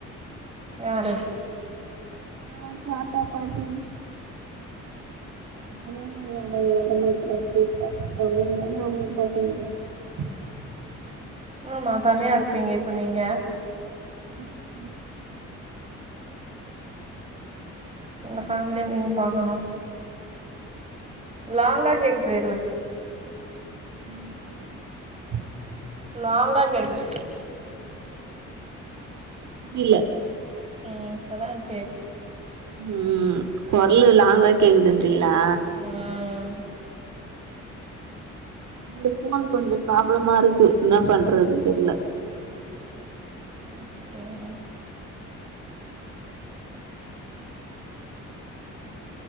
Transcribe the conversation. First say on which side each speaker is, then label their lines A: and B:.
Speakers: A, on the right (about 20°); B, on the right (about 70°).
A: யாரு
B: <inaudible> தாத்தா பாட்டி <unintelligible>
A: ஆமா தனியா இருப்பீங்க இப்ப நீங்க
B: ம்
A: ஒங்க ஃபேமிலிய நீங்க பாக்கணு லாங்கா கேக்குது எல்லா
B: <inaudible>
A: லாங்கா கேக்குது
B: புரில
A: ம் இப்பதா கேக்து
B: ம் கொரலு லாங்கா கேக்குதுன்றீங்ளா
A: ம்
B: இந்த ஃபோன் கொஞ்சோ ப்ராப்ளமா இருக்கு என்ன பண்றதுன் தெர்ல
A: அப்டியா